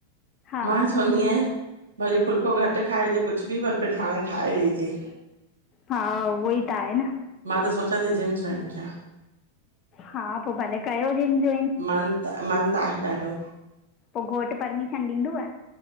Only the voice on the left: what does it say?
हा
हा उह ई त आहे न।
हा पो भले कयो जिम जॉइन।
पो घोटु परमिशन ॾींदुअ?